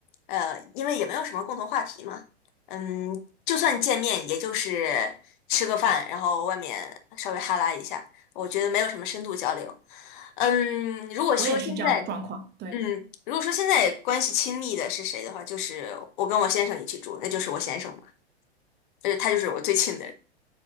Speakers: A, on the left; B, on the right.
A: 呃，因为也没有什么共同话题嘛，嗯，就算见面，也就是吃个饭，然后外面稍微哈拉一下，我觉得没有什么深度交流。嗯，如果说现在。
B: 我也是这样的状况，对，
A: 嗯，如果说现在关系亲密的是谁的话，就是我跟我先生一起住，那就是我先生嘛，就是他就是我最亲的人。